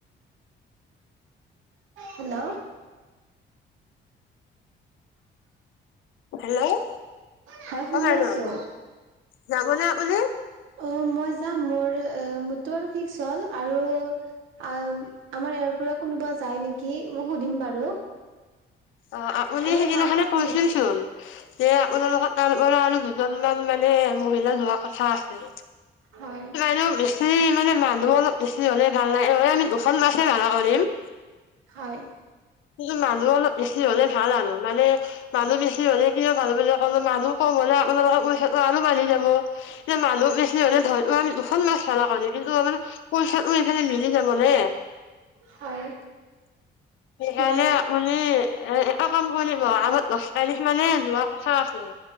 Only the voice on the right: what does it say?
হেল্ল'!
হয় শুনি
আছো
অ' মই যাম মোৰ মোৰটো আৰু ফিক্স হ'ল আৰু আও আমাৰ ইয়াৰ পৰা কোনোবা যায় নেকি মই সুধিম বাৰু।
এনেই
মা শুন
হয়
হয়।
হয়।
বাৰ